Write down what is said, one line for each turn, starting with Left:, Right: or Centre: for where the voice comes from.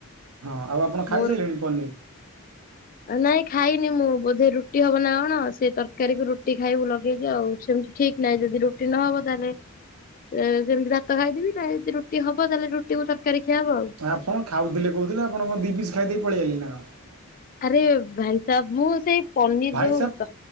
Right: ହଁ ଆଉ ଆପଣ
Left: ମୋର
Right: ଖାଇସାଇଲେଣି ପନିର।
Left: ନାଇଁ ଖାଇନି ମୁଁ ବୋଧେ ରୁଟି ହବ ନା କଣ ସେ ତରକା କାରୀକୁ ରୁଟି ଖାଇବୁ ଲଗେଇକି ଆଉ ସେମିତି ଠିକ୍ ନାହିଁ ଯଦି ରୁଟି ନହବ ତାହେଲେ ଏ ସେମିତି ଭାତ ଖାଇଦେମି ନାଇ ଯଦି ରୁଟି ହବ ତାହେଲେ ରୁଟିକୁୁ ତରକାରୀ ଖିଆହବ ଆଉ।
Right: ଆପଣ ଖାଉଥିଲେ କହୁଥିଲେ ଆପଣ କଣ ଦି ପିସ୍ ଖାଇ ଦେଇ ପଳେଇ ଆଇଲେ ନା କଣ।
Left: ଆରେ ଭାଇସାବ ମୁଁ ସେଇ ପନିର
Right: ଭାଇ
Left: ଯୋଉ
Right: ସାବ୍
Left: ତ